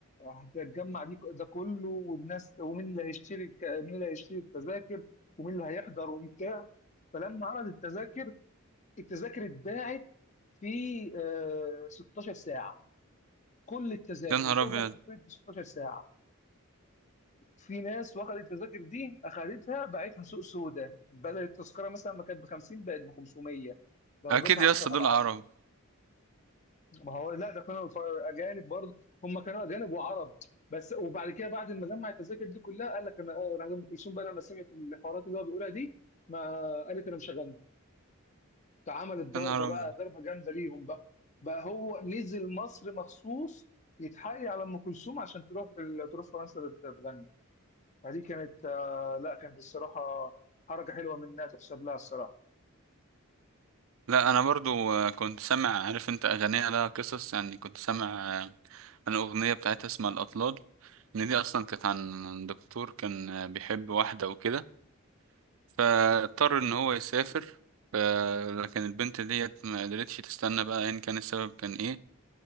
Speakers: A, on the left; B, on the right.
A: هتتجمع دي ده كله والناس ومين اللي هيشتري الك- مين اللي هيشتري التذاكر ومين اللي هيحضر وبتاع فلما عرض التذاكر التذاكر اتباعت في آه، 16 ساعه كل التذاكر
B: يا نهار
A: الاوبرا
B: ابيض
A: اتقفلت في 16 ساعه في ناس واخدت التذاكر دي اخدتها باعتها سوق سودا بدل التذكره مثلا ما كانت ب 50 بقت ب 500 ضربتها
B: اكيد يا
A: 10
B: اسطى دول
A: اضعاف
B: عرب
A: ما هو لا ده كانوا ف- اجانب برضه هم كانوا اجانب وعرب بس وبعد كده بعد ما جمع التذاكر دي كلها قال لك انا آه، راح ام كلثوم بقى لما سمعت الحوارات اللي هو بيقولها دي ما قالت انا مش هغني اتعملت ضربه
B: يا نهار
A: بقى
B: ابيض
A: ضربه جامده ليهم بقى بقى هو نزل مصر مخصوص يتحايل على ام كلثوم عشان تروح تروح فرنسا تغني فدي كانت آه، لا كانت الصراحه حركه حلوه منها تحسب لها الصراحه
B: لا انا برضو آه، كنت سامع عارف انت اغانيها لها قصص يعني كنت سامع آه، عن اغنيه بتاعتها اسمها الاطلال ان دي اصلا كانت عن دكتور كان آه، بيحب واحده وكده فاضطر ان هو يسافر ف- لكن البنت ديت ما قدرتش تستنى بقى ان كان السبب كان ايه